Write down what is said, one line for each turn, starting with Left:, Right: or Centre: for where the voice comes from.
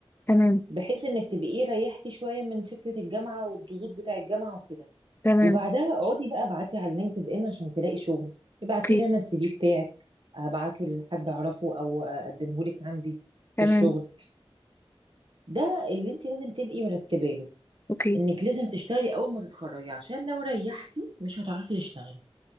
Left: تمام
Right: بحيث انك تبقي ايه ريحتي شويه من فكره الجامعه والضغوط بتاع الجامعه وكده
Left: تمام
Right: وبعدها اقعدي بقى ابعتي على لينكد ان عشان تلاقي شغل ابعتي
Left: اوكي
Right: لي انا السي في بتاعك ابعته لحد اعرفه او اقدمه لك عندي
Left: تمام
Right: في الشغل ده اللي انت لازم تبقي مرتبه له
Left: اوكي
Right: انك لازم تشتغلي اول ما تتخرجي عشان لو ريحتي مش هتعرفي تشتغلي